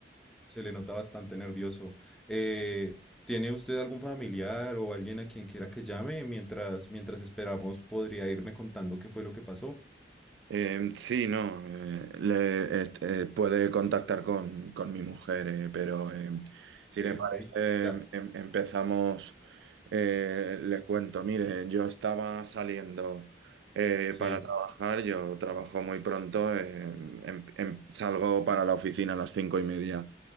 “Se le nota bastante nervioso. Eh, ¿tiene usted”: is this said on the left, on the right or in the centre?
Centre